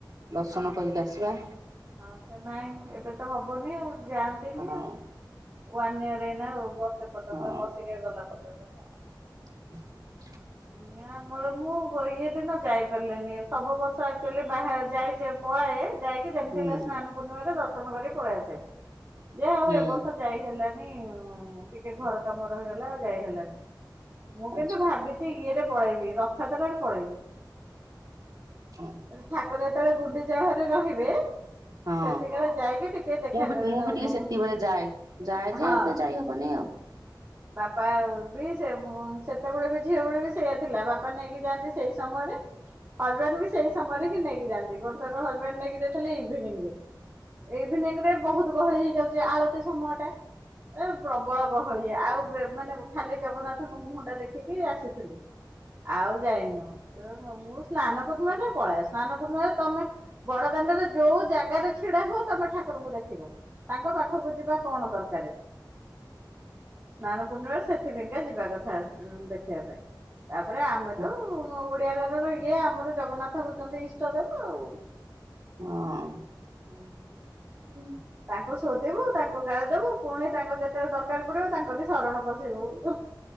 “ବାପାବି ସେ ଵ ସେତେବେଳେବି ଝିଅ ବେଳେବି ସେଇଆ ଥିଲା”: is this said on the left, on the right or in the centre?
Right